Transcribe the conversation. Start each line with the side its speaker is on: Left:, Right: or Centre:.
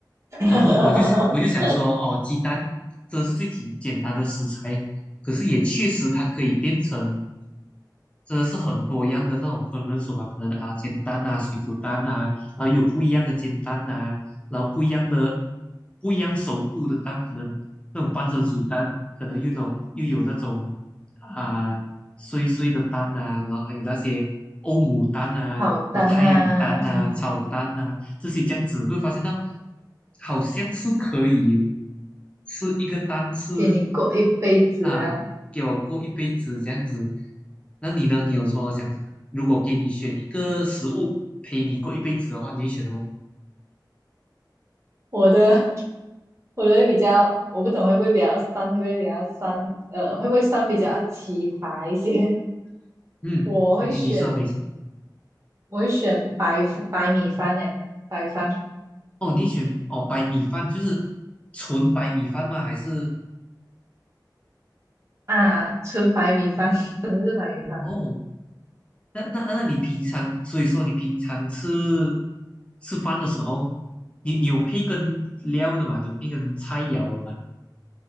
Right: <laughs>
Left: 然后我就想，我就想说，哦，鸡蛋这是最简简单的食材，可是也确实它可以变成真的是很多样的那种烹饪手法，可能啊煎蛋啊、水煮蛋啊，然后有不一样的煎蛋呐、然后不一样的不一样熟度的蛋，可能那种半成熟蛋，可能又有那种又有那种啊碎碎的蛋呐、然后还有那些欧姆蛋呐、
Right: 好单呐、
Left: 老太阳蛋呐、
Right: 嗯
Left: 炒蛋呐、这些这样子，会发现到好像是可以吃一个蛋是。
Right: 给你过一辈子啊！
Left: 啊，给我过一辈子这样子。那你呢？你有什么想法？如果给你选一个食物陪你过一辈子的话，你会选什么？
Right: 我的我的会比较，我不懂会不会比较酸，会不会比较酸？呃，会不会酸比较奇葩一些？<laughs>
Left: 嗯，
Right: 我会选，
Left: 你你说没？
Right: 我会选白白米饭诶，白饭
Left: 哦，你选哦白米饭，就是纯白米饭吗？还是
Right: 啊，纯白米饭，<laughs> 真的是白米饭。
Left: 哦？那那那你平常，所以说你平常吃吃饭的时候，你你有配跟料的吗？你有配跟菜肴的吗？